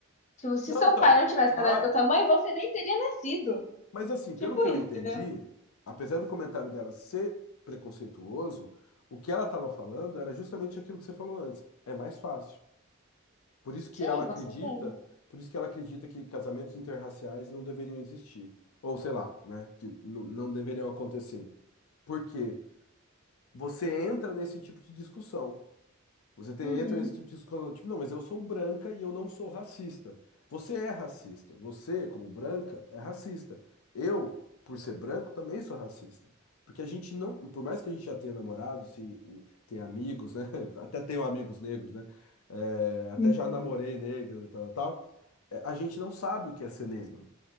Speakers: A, on the left; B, on the left.
A: Tipo, se
B: Não,
A: seu
B: então,
A: pai não tivesse
B: claro.
A: casado com a tua mãe, você nem teria nascido.
B: Mas assim,
A: Tipo
B: pelo que eu
A: isso,
B: entendi,
A: entendeu?
B: apesar do comentário dela ser preconceituoso, o que ela estava falando era justamente aquilo que você falou antes. É mais fácil. Por isso que
A: Sim,
B: ela acredita,
A: com certeza.
B: por isso que ela acredita que casamentos interraciais não deveriam existir. Ou sei lá, né? Que n- não deveriam acontecer. Porque você entra nesse tipo de discussão. Você tem,
A: Uhum,
B: entra nesse tipo de discussão, tipo, não, mas eu sou branca e eu não sou racista. Você é racista. Você, como branca, é racista. Eu, por ser branco, também sou racista. Porque a gente não, por mais que a gente já tenha namorados e, e tenha amigos, né? <laughs> Até tenho amigos negros, né? É, até
A: uhum,
B: já namorei negro e tal, tal. é, A gente não sabe o que é ser negro.